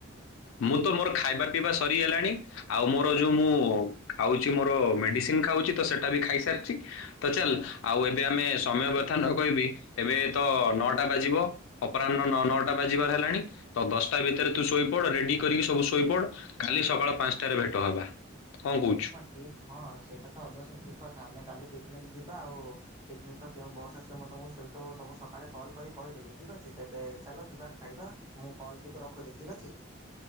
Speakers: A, on the left; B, on the right.
A: ମୁଁ ତ ମୋର ଖାଇବା ପିଇବା ସରିଗଲାଣି ଆଉ ମୋର ଯୋଉ ମୁଁ ଖାଉଛି ମୋର ମେଡିସିନ ଖାଉଛି। ତ ସେଟା ବି ଖାଇସାରିଛି। ତ ଚାଲ ଆଉ ଏବେ ଆମେ ସମୟ ବ୍ୟଥା ନ କହିବି ଏବେ ତ ନଅଟା ବାଜିବ। ଅପରାହ୍ନ ନ ନଅଟା ବାଜିବାର ହେଲାଣି ତ ଦଶଟା ଭିତରେ ତୁ ଶୋଇ ପୁରା ରେଡି କରିକି ସବୁ ଶୋଇପଡ କାଲି ସକାଳ ପାଞ୍ଚଟାରେ ଭେଟ ହବା କଣ କହୁଛୁ।
B: ଠିକ୍ ହଁ ସେଇଟା କଥା ଅବଶ୍ୟ ଠିକ୍ କଥା ଆମେ କାଲି ପିକ୍ନିକ ଯିବା ଆଉ ପିକ୍ନିକ୍ ତ କେଉଁ ବସ୍ ଆସିବ ମୁଁ ତମକୁ ସେ ତୁ ସକାଳେ କଲ୍ କରି କହିଦେବି ଠିକ୍ ଅଛି ତେବେ ଚାଲ ଯିବା। ଖାଇବା ମୁଁ କଲ୍ ଟିକେ ରଖୁଛି ଠିକ୍ ଅଛି।